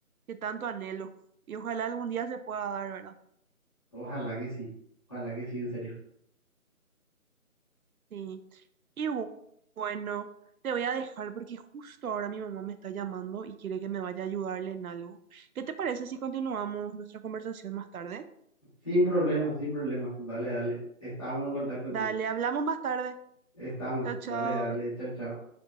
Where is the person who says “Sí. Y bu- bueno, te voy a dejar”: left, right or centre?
Right